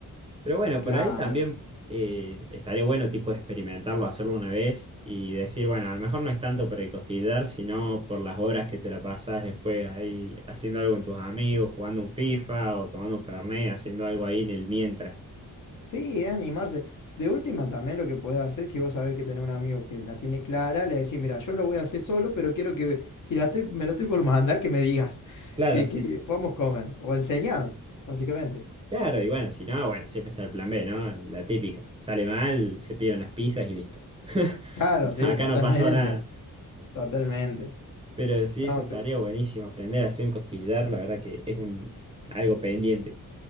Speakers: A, on the right (about 15°); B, on the left (about 60°).
A: Pero bueno,
B: Claro.
A: por ahí también eh, estaría bueno tipo experimentarlo, hacerlo una vez y decir, bueno, a lo mejor no es tanto por el costillar, sino por las horas que te la pasas después ahí haciendo algo con tus amigos, jugando un FIFA o tomando un Fernet, haciendo algo ahí en el mientras.
B: Sí, es animarse. De última también lo que podés hacer si vos sabés que tenés un amigo que la tiene clara, le decís, mira, yo lo voy a hacer solo, pero quiero que, si la estoy, me la estoy por mandar, que me digas,
A: Claro,
B: que, que
A: sí,
B: podamos comer, o enseñar, básicamente.
A: claro, y bueno, si no, bueno, siempre está el plan B, ¿no? La típica. Sale mal, se pide unas pizzas y listo. <laughs>
B: Claro, sí,
A: Acá
B: totalmente,
A: no pasó nada.
B: totalmente.
A: Pero sí,
B: No,
A: eso estaría buenísimo. Aprender a hacer un costillar, la verdad que es un algo pendiente.